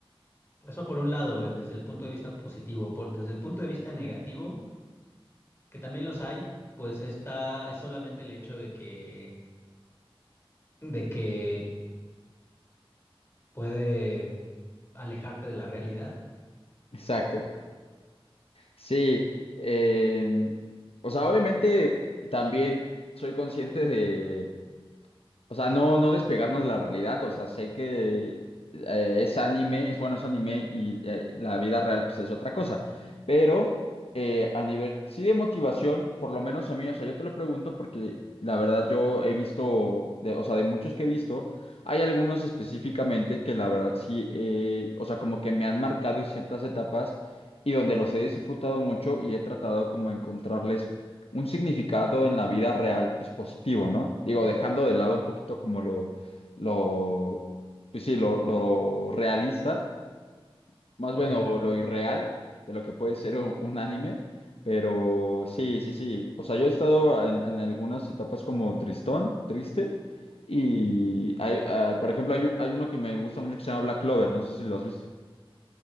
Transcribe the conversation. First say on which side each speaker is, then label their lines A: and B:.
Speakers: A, on the left; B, on the left.
A: Eso por un lado, eh, desde el punto de vista positivo, por, desde el punto de vista negativo, que también los hay, pues está, es solamente el hecho de que, de que puede alejarte de la realidad.
B: Exacto, Sí, em, o sea, obviamente también soy consciente de, o sea, no, no despegarnos de la realidad. O sea, sé que eh, es anime, es bueno, es anime y eh, la vida real pues, es otra cosa. Pero eh, a nivel, sí de motivación, por lo menos a mí, o sea, yo te lo pregunto porque la verdad yo he visto, de- o sea, de muchos que he visto, hay algunos específicamente que la verdad sí, eh, o sea, como que me han marcado en ciertas etapas y donde los he disfrutado mucho y he tratado como encontrarles un significado en la vida real, pues positivo, ¿no? Digo, dejando de lado un poquito como lo, lo, pues sí, lo, lo realista, más
A: Ok.
B: bien o lo irreal de lo que puede ser un, un anime, pero sí, sí, sí. O sea, yo he estado en, en algunas etapas como tristón, triste, y hay, ah, por ejemplo, hay, un- hay uno que me gusta mucho que se llama Black Clover, no sé si lo has visto.